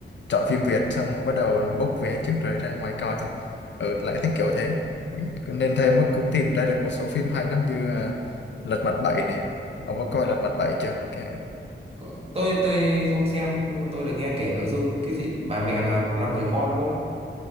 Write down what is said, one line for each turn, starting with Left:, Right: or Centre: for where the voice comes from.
Left: chọn phim Việt xong bắt đầu book vé trước rồi ra ngoài coi thôi ừ lại thích kiểu thế nên thêm mức cũng tìm ra được một số phim hay lắm như à, Lật Mặt Bảy nè
Right: Ừ.
Left: ông có coi Lật Mặt Bảy chưa Cái-
Right: Có- Tôi tôi không xem nhưng mà tôi được nghe kể nội dung cái gì bà mẹ và năm người con đúng không?